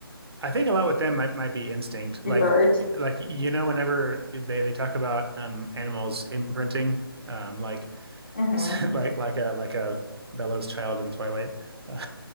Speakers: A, on the right; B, on the left.
A: I think a lot with them might might be instinct.
B: and
A: Like
B: birds,
A: like you know whenever they they talk about um animals imprinting um like
B: hmm
A: <laughs> like
B: <laughs>
A: like a like a Bella's child in Twilight. Uh,